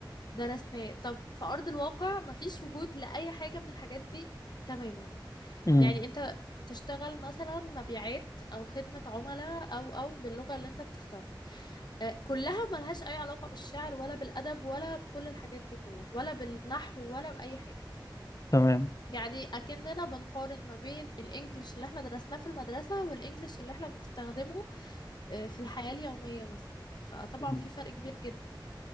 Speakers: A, on the left; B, on the left.
A: درسناه طب في أرض الواقع مفيش وجود لأي حاجة من الحاجات دي تماما
B: امم
A: يعني انت تشتغل مثلا مبيعات او خدمة عملاء او او باللغة اللي انت بتختارها آه، كلها ملهاش اي علاقة بالشعر ولا بالادب ولا بكل الحاجات دي كلها ولا بالنحو ولا باي حاجة
B: تمام
A: يعني اكننا بنقارن ما بين الانجليش اللي احنا درسناه في المدرسة والانجليش اللي احنا بنستخدمه آه، في الحياة اليومية مثلا فطبعا
B: مم.
A: في فرق كبير جدا